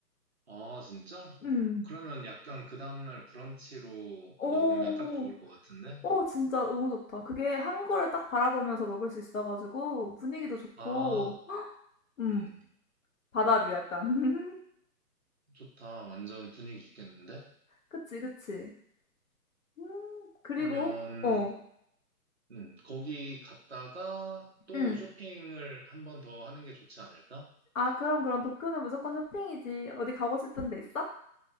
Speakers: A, on the right (about 45°); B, on the left (about 55°).
A: 아, 진짜?
B: 음.
A: 그러면 약간 그 다음날 브런치로
B: 오,
A: 먹으면 딱 좋을 것 같은데?
B: 오, 진짜 너무 좋다. 그게 한 거를 딱 바라보면서 먹을 수 있어가지고 분위기도 좋고,
A: 아,
B: 음,
A: 음,
B: 바다뷰 약간. <laughs>
A: 좋다. 완전 분위기 있겠는데?
B: 그치, 그치. 음, 그리고,
A: 그러면
B: 어,
A: 음, 거기 갔다가 또
B: 응
A: 쇼핑을 한번 더 하는 게 좋지 않을까?
B: 아 그럼 그럼 도쿄는 무조건 쇼핑이지. 어디 가고 싶은 데 있어?